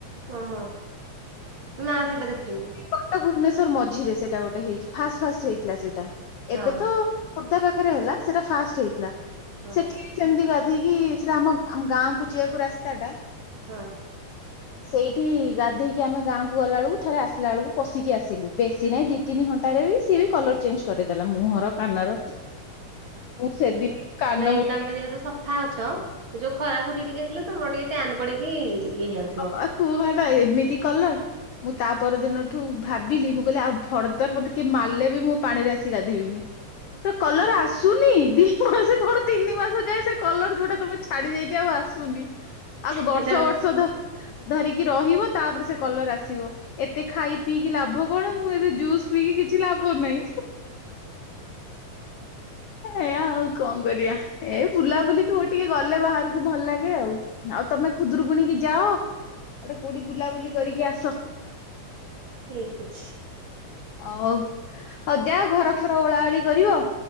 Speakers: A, on the right; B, on the left.
A: ଓହୋ ନା ସେଇଟା ଦେଖିନି।
B: କଟକ ଭୁବନେଶ୍ଵର ମଝିରେ ସେଇଟା ଗୋଟେ ହେଇଛି ଫାଷ୍ଟ ଫାଷ୍ଟ ହେଇଥିଲା ସେଇଟା
A: ହଁ
B: ଏବେ
A: ହଁ
B: ତ ଖୋର୍ଦ୍ଧା ପାଖରେ ହେଲା ସେଟା ଫାଷ୍ଟ ହେଇଥିଲା
A: ହଁ।
B: ସେଠିବି ସେମତି ଦେଇକି ସେଟା ଆମ ଆମ ଗାଁ କୁ ଯିଆକୁ ରାସ୍ତା ଟା।
A: ହଁ।
B: ସେଇଠି ଗାଧେଇକି ଆମେ ଗାଁକୁ ଗଲାବେଳକୁ ଥରେ ଆସ ଆସିଲା ବେଳକୁ ପଶିକି ଆସିଲୁ ବେଶୀ ନାହିଁ ଦି ତିନି ଘଣ୍ଟାରେ ବି ସିଏ ବି କଲର ଚେଞ୍ଜ କରିଦଲା ମୁହଁର। କାନର ମୁଁ ସେଦିନଠୁ <inaudible> କାନ
A: ନାଇଁ
B: ମ
A: ତମେ ଯେହେତୁ ସଫା ଅଛ ଯୋଉ ଖରା ଖୁରୀ ଟିକେ ହେଲେ ତମର ଟିକେ ଟ୍ୟାନ୍ ପଡିକି ଇଏ ହେଇଯା
B: ଅ ଅ କୁହନା ଏମିତି କଲର। ମୁଁ ତା ପରଦିନଠୁ ଭାବିଲି ମୁଁ କହିଲି ଆଉ ଭରଦର୍ ମତେ କିଏ ମାରଲେ ବି ମୁଁ ପାଣିରେ ଆସିକି ଗାଧେଇବିନି। ସେ କଲର ଆସୁ ଶୁନି ଦି ମାସ କଣ ତିନି ମାସ ଯାଏ ସେ କଲର ଯୋଉଟା ତମେ ଛାଡି ଯାଇଛି ଆଉ ଆସୁନି। ଆଗ ବର୍ଷ
A: ସେଇଟା
B: ବର୍ଷ ଧ ଧରିକି ରହିବ ତାପରେ ସେ କଲର ଆସିବ। ଏତେ ଖାଇ ପିଇକି ଲାଭ କଣ ମୁଁ ଏବେ ଜୁସ୍ ପିଇକି କିଛି ଲାଭ ଭ ନାହିଁ ଏୟା ଆଉ କଣ କରିବା। ଏ ବୁଲାବୁଲି କୋଉ ଟିକେ ଗଲେ ବାହାରକୁ ଭଲ ଲାଗେ ଆଉ ଆଉ ତମେ ଖୁଦୁରୁକୁୁଣିକି ଯାଅ? ଗୋଟେ କୋଉଠି ବୁଲାବୁଲି କରିକି ଆସ।
A: ଠିକ୍ ଅଛି।
B: ଅ-ଫ ହଉ ଯାଅ ଘର ଫର ଓଳାଓଳି କରିବ।